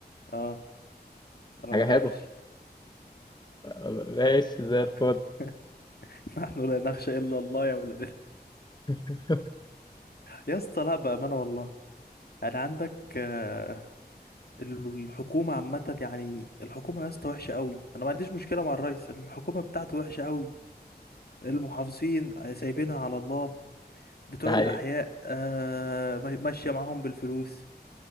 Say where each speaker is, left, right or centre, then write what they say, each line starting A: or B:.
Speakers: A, on the left; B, on the left.
A: اه انا
B: حاجه
A: بخافش
B: حلوه آه، ماشي زي الفل
A: <laughs> <laughs> نحن لا نخشى إلا الله يا ولاد ال-
B: <laughs>
A: يا اسطى لا بأمانة والله يعني عندك آه، الحكومة عامة يعني الحكومة يا اسطى وحشة قوي أنا ما عنديش مشكلة مع الرئيس الحكومة بتاعته وحشة قوي المحافظين آه، سايبينها على الله بتوع
B: ده حقيقي
A: الأحياء آه، ما- ماشية معاهم بالفلوس